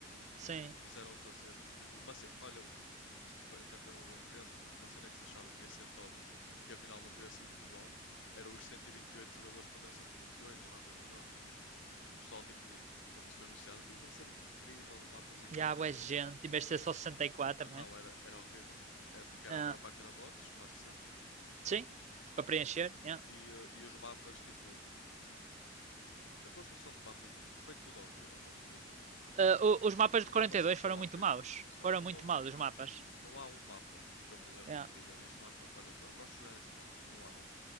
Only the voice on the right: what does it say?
Sim.
E há boa
gente,
em vez de ser só sessenta e quatro
né?
Ah,
sim, para preencher. yeah.
Ah,
os mapas
de
quarenta e
dois foram
muito maus.
Foram
muito maus os mapas.
yeah.